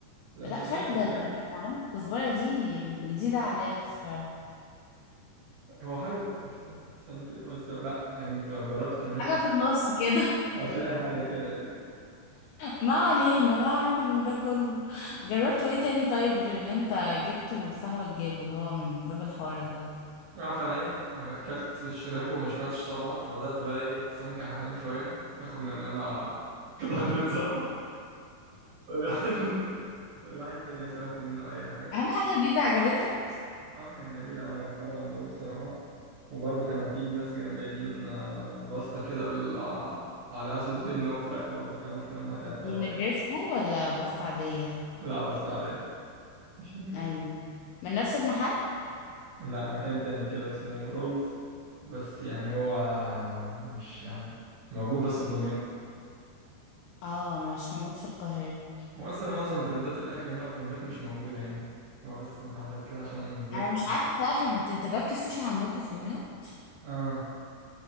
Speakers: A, on the right (about 70°); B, on the left (about 80°).
A: لو
B: لا
A: سرشت
B: خردل
A: هتلاقي
B: لكن معلومة الكزبرة دي جديدة عليا بصراحة
A: هو حاجه استني بس لا يعني انت لو جربت تعمليه
B: حاجة
A: في
B: في النص كده
A: هتلاقي حاجة كده يعني
B: ما علينا ما علينا من ده كله جربتوا ايه تاني طيب غير اللي انت جبته واللي صاحبك جابه اللي هو من باب الحوار ده
A: اه فانا ايه آه، اكلت الشريمب وما شبعتش طبعا فبدات بقى ايه اتسنكح عليهم شويه اخد من هنا <laughs> قطع البيتزا والواحد والواحد تاني <laughs> مثلا اخد منه اي حاجه
B: اهم حاجة البيتزا عجبتك
A: اه كانت جميله وانا بحب اعمل عندهم الصراحه وبرضه كانوا في ناس كانوا جايبين آه، باستا كده بال آه، عليها صوص جبنه وفراخ برضه كلت منها كانت حلوه
B: دي
A: يعني
B: نجرسكو ولا باستا عادية
A: لا باستا عاديه مش نجرس
B: ايوه من نفس المحل
A: لا مكان تاني كده اسمه رولز بس يعني هو مش يعني موجود بس في دمياط
B: اه مش موجود في القاهرة
A: هو اصلا معظم براندات الاكل هنا في دمياط مش موجوده يعني هو بس محلات كده عشان
B: انا
A: لسه
B: مش عارفة صراحة انت انت جبت السوشي عندكم في دمياط
A: اه